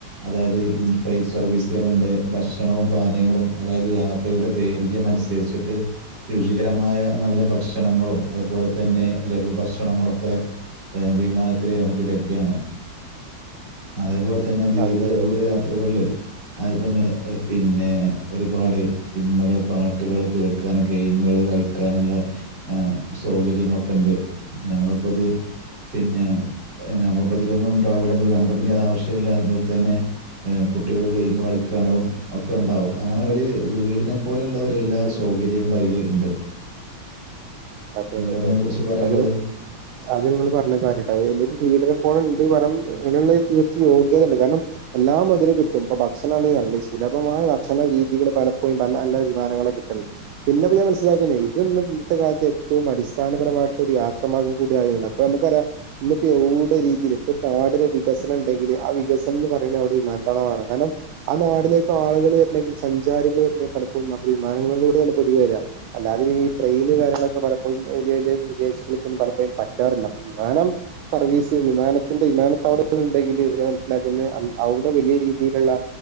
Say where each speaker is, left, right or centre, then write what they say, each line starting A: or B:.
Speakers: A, on the right; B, on the right.
A: അതായത് ഇൻഫ്ലൈറ്റ് സർവീസുകളുണ്ട് ഭക്ഷണവും പാനീങ്ങളും അതായത് ത്തയുടെ ദൈർഘ്യം അനുസരിച്ചിട്ട് രുചികരമായ നല്ല ഭക്ഷണങ്ങളും അതുപോലെ തന്നെ ലഘുഭക്ഷണങ്ങളൊക്കെ ഏ വിമാനത്തി നമുക്ക് ലഭ്യമാണ് അതേപോലെ തന്നെ ദീർഘദൂര
B: അതെ
A: യത്രകളിൽ അതു പിന്നെ പിന്നെ ഒരുപാട് സിനിമകൾ, പാട്ടുകൾ കേൾക്കാനും ഗെയിമുകള് കളിക്കാനുള്ള ആ സൗകര്യങ്ങളൊക്കെ ഉണ്ട് നമ്മളിപ്പോൾ അത് പിന്നെ നമ്മളിപ്പോ ഇതിലൊന്നും ഉണ്ടാവൂല്ലെങ്കിൽ നമുക്ക് പിന്നെ അത് ആവശ്യമില്ലങ്കിൽ തന്നെ ഏ കുട്ടികൾ ഗെയിം കളിക്കാനോ ഒക്കെ ഉണ്ടാവും അങ്ങനെ ഒരു വീടിനെ പോലെയുള്ള ഒരു എല്ലാ സൗകര്യങ്ങളും അയിൽ ഇണ്ട് <inaudible>
B: അതെആതെ
A: അതിനെക്കുറിച്ച് പറയാനുള്ളത്
B: അതില് അത് നിങ്ങൾ പറഞ്ഞ കാര്യട്ടാ എന്റെ ഒരു വീടിനെപ്പോഴ് ഉണ്ട് വരം അങ്ങുള്ള തീർച്ച യോഗ്യത ഉണ്ട് കാരണം എല്ലാം അതില് കിട്ടും ഇപ്പ ഭക്ഷണ ആണേ നല്ലേ സുലഭമായ ഭക്ഷണ രീതികള് പലപ്പോഴും പല നല്ല വിമാനങ്ങളെ കി ട്ടല്ല് പിന്നെപിന്നെ ഞാൻ മനസ്സിലാക്കുന്നേ ഇത് ഇന്ന് ഇന്നത്തെ കാലത്ത് ഏറ്റവും അടിസ്ഥാനപരമായിട്ടൊ ഒരു യാത്ര മാർഗ്ഗം കൂട ആയിരുന്നു അപ്പൊ നമുക്കറിയാം ഇന്നപ്പോ എവിടെ രീതിയിൽ ഇപ്പൊ ഒരു നാടിന വികസനം ഉണ്ടെങ്കില് ആ വികസന എന്ന് പറയണെ അവിടെ വിമാനത്താവളമാണ് കാരണം ആ നാടിലേക്ക് ആളുകൾ വരണെങ്കിൽ സഞ്ചാരികൾ വരണെങ്കിൽ പലപ്പോഴും വിമാനങ്ങളിലൂടെയാണ് പൊതുവെ വരാ അല്ലാതെ ഈട്രെയിന് കാര്യങ്ങളൊക്കെ പല യും വലിയ വലിയ വിദേശികൾക്കൊന്നും പലപ്പോഴും പറ്റാറില്ല അപ്പം വിമാനം സർവീസ് വിമാനത്തിന്റെ വിമാനത്ത വളങ്ങൾ ഉണ്ടെങ്കിൽ ഞാൻ മനസ്സിലാക്കുന്നത് ആല് അവിടെ വലിയ രീതിയിലുള്ള